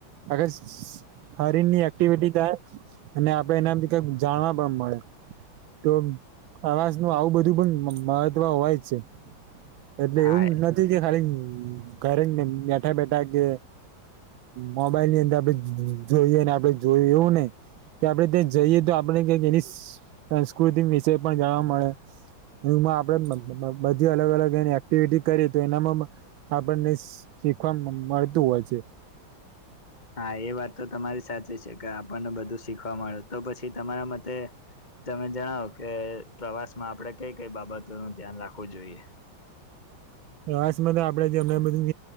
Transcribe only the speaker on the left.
હા
હા એ વાત તો તમારી સાચી છે કે આપણને બધું શીખવા મળે તો પછી તમારા મતે તમે જણાવો કે પ્રવાસમાં આપણે કઈ-કઈ બાબતોનું ધ્યાન રાખવું જોઈએ?